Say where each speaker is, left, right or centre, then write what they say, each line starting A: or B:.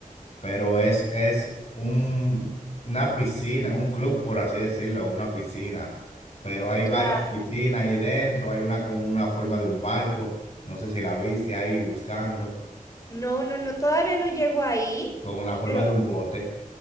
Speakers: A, on the left (about 45°); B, on the left (about 25°).
A: pero es, es un, una piscina, un club, por así decirlo, una piscina. Pero hay varias
B: Ya.
A: piscinas ahí dentro, hay una con una forma de un barco, no sé si la viste ahí buscando,
B: No, no, no, todavía no llego ahí,
A: con la forma
B: pero
A: de un bote.